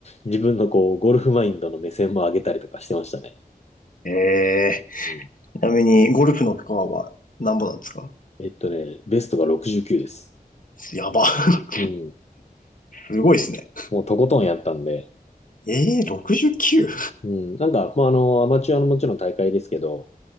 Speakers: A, on the left; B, on the left.
A: 自分のこうゴルフマインドの目線も上げたりとかしてましたね。
B: ええ
A: うん
B: ーちなみに、ゴルフのスコアは何ぼなんですか
A: えっとね、ベストが69です。
B: やば。<laughs>
A: うん。
B: すごいですね。
A: もうとことんやったんで。
B: ええー、69?
A: うん。なんか、まあ、あの、アマチュアのもちろん大会ですけど、